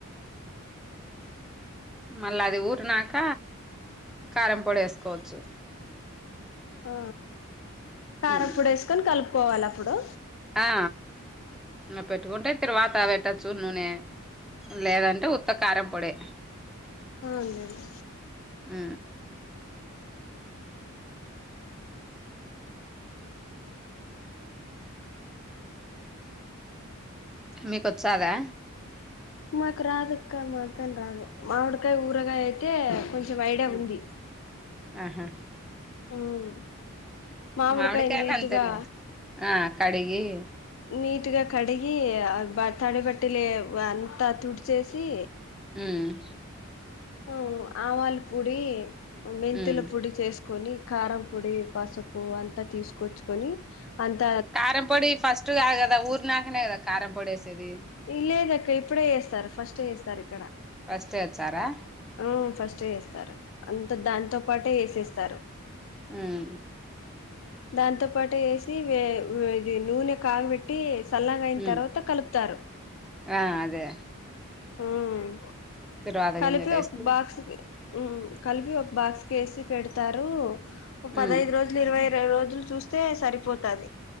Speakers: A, in the centre; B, on the left.
A: మళ్ళా అది ఊరినాక కారంపొడి వేసుకోవచ్చు
B: ఆ కారం
A: ఉమ్
B: పొడి వేసుకొని కలుపుకోవాల అప్పుడు
A: ఆ పెట్టుకుంటే తర్వాత పెట్టచ్చు నూనె లేదంటే ఉత్త కారం పొడి
B: ఆ ఉందండి
A: హ్ మీకు వచ్చా ఆదా
B: మాకు రాదు ఆక్క మాతోని రాదు మామిడికాయ ఊరగాయ అయితే కొంచెం ఐడియా
A: ఉమ్
B: ఉంది.
A: ఆహా
B: ఉమ్ మామిడికాయ
A: మామిడికాయల
B: నీటుగా
A: అంతలే ఆ కడిగి
B: నీట్గా కడిగి తడిబట్టలే అంతా తుడిచేసి
A: మ్మ్
B: మ్మ్ ఆవాల పొడి మెంతుల
A: ఉమ్
B: పొడి చేసుకొని కారం పొడి పసుపు అంతా తీసుకొచ్చుకొని అంత
A: కారం పొడి ఫస్ట్ కాదుకదా ఊర్నాకనే కదా కారం పొడిసేది
B: లేదక్క ఇప్పుడే ఏస్తారు ఫస్ట్ ఏస్తారు ఇక్కడ
A: ఫస్టే ఏచ్చారా
B: ఆ ఫస్ట్ ఏస్తారు అంత దాతో పాటే ఏసేస్తారు
A: హుమ్మ్
B: దాంతో పాటు ఏసి వే వే ఇది నూనె కాగిబెట్టి టి సల్లగా అయిన
A: ఉమ్
B: తర్వాత కలుపుతారు
A: ఆ అదే
B: హామ్
A: తిరువాత
B: కలిపి
A: గింజలేసి
B: ఒక బాక్స్కికి కలిపి ఒక బాక్స్ వేసి పెడతారు ఒక పదైదు
A: ఉమ్
B: రోజులు ఇరవై ఇరవై రోజులు చూస్తే సరిపోతాది